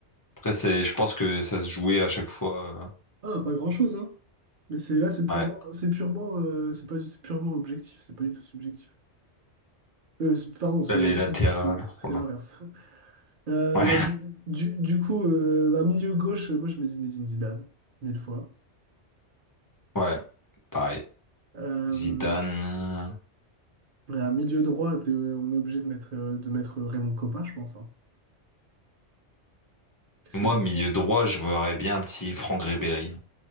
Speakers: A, on the left; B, on the right.
A: Après, c'est... je pense que ça se jouait à chaque fois. euh,
B: Ah, pas grand-chose, hein. Mais c'est là, c'est purement,
A: Ouais.
B: c'est purement, euh, c'est pas, c'est purement objectif, c'est pas du tout subjectif. Euh, c'est- pardon, c'est
A: Là, les
B: sub-
A: latérales.
B: c'est c'est
A: oh là.
B: l'inverse. Euh,
A: Ouais,
B: bah, du, du, du coup, euh, bah, milieu gauche, euh, moi je mets Zinedine Zidane, mille fois.
A: <laughs> ouais, pareil.
B: Euh,
A: Zidane.
B: à milieu droit, t'es- euh, on est obligé de mettre, euh, de mettre Raymond Kopa, je pense. hein. Qu'est-ce
A: Moi,
B: que t'en
A: milieu
B: penses?
A: droit, je verrais bien un petit Franck Ribéry.